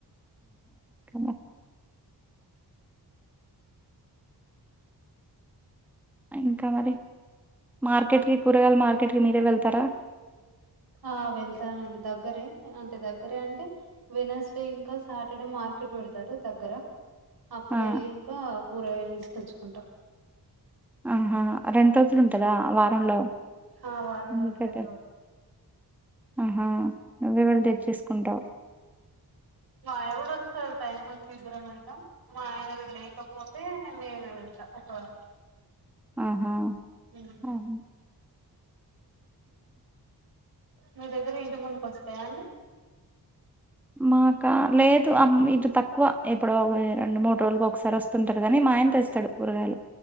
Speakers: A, in the centre; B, on the right.
A: <inaudible> ఇంక మరి మార్కెట్ కి కూరగాయల మార్కెట్ కి మీరే వెళ్తారా
B: ఆ వెళ్తానండి దగ్గరే అంటే దగ్గరే అంటే వెనస్డే ఇంకా సాటర్డే మార్కెట్ పెడతారు దగ్గర అప్పుడే
A: ఆ
B: వెళ్ళి ఇంకా కూరగాయలు తీసుకొచ్చుకుంటాం
A: ఆహా రెండు రోజులు ఉంటందా వారంలో
B: ఆ వారంలో
A: మార్కెట్
B: రెండు రోజులు
A: ఆహా నువ్వే వెళ్ళి తెచ్చేసుకుంటావ్
B: మా ఆయన కూడా వస్తాడు టైపాస్కి ఇద్దరం వెల్తాం మా అయన కూడ లేక పోతే నేనె వెడతా ఒకదా
A: ఆహా
B: <unintelligible>
A: ఆహా!
B: మీ దగ్గర ఇంటి ముందుకొస్తాయా అండి
A: మాకా లేదు అం ఇటు తక్కువ ఎప్పుడో వె రెండు మూడు రోజులుకి ఒకసారి ఒస్తుంటది గని మా ఆయన్ తెస్తడు కూరగాలు